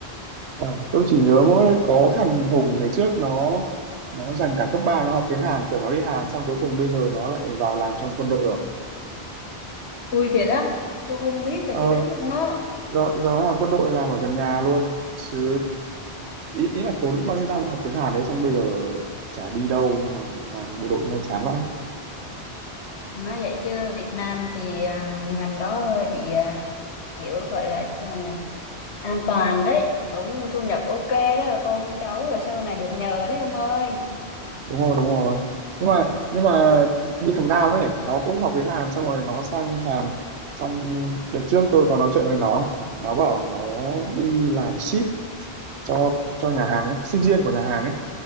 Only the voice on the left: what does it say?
vui thiệt á tôi không biết về
cái đấy luôn á
nói vậy chứ Việt Nam thì à, ngành đó hơi bị à, kiểu gọi là sao nhỉ an toàn đấy cũng thu nhập ok đó con cháu rồi sau này được nhờ đấy ông ơi